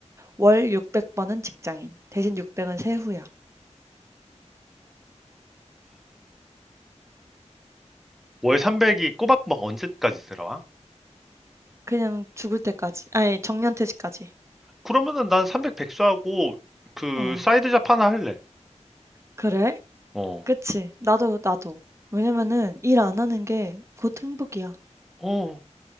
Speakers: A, on the right; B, in the centre.
A: 월 600 버는 직장인. 대신 600은 세후야.
B: 월 삼백이 꼬박꼬박 언제까지 들어와?
A: 그냥 죽을 때까지. 아니, 정년퇴직까지.
B: 그러면은 난 300 백수하고 그
A: 어,
B: 사이드 잡 하나 할래.
A: 그래?
B: 어.
A: 그치. 나도, 나도. 왜냐면은 일 안 하는 게 곧 행복이야.
B: 어.